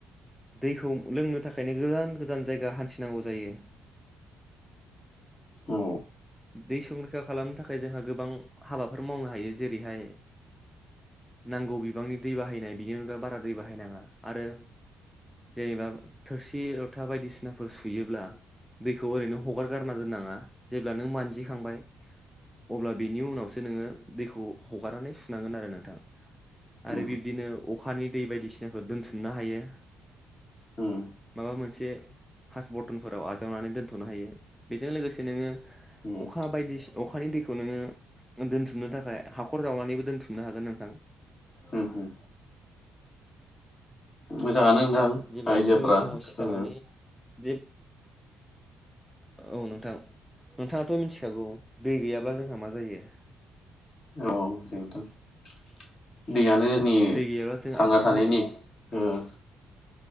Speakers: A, in the centre; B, on the left.
A: दैखौ लोंनो थाखायनो गोजान गोजान जायगा हान्थिनांगौ जायो
B: औ
A: दै संरैखा खालामनो थाखाय जोंहा गोबां हाबाफोर मावनो हायो जेरैहाय नांगौ बिबांनि दै बाहायनाय बिनि अनगा बारा दै बाहायनाङा आरो जेनेबा थोरसि लथा बायदिसिनाफोर सुयोब्ला दैखौ ओरैनो हगारगारना दोननाङा जेब्ला नों मानजिखांबाय अब्ला बिनि उनावसो नोङो दैखौ हगारनानै सुनांगोन आरो नोंथां आरो
B: उम
A: बिब्दिनो अखानि दै बायदिसिनाफोर दोनथुमनो हायो
B: उम
A: माबा मोनसे हास बरटनफोराव आजावनानै दोनथनो हायो बेजों लोगोसे नोङो अखा
B: उम
A: बायदि सि- अखानि दैखौ नोङो दोनथुमनो थाखाय हाखर जावनानैबो दोनथुमनो हागोन नोंथां
B: उम उम मोजाङानो नोंथां
A: जेब्ला
B: आइदियाफ्रा
A: फुंनि समाव सिखारनानै
B: जों
A: जे औ नोंथां नोंथाङाथ' मिनथिखागौ दै गैयाब्ला जोंहा मा जायो
B: औ जे नोंथां दैयानो जोंनि
A: औ दै गैयाब्ला जों
B: थांना
A: आबादखौनो
B: थानायनि उम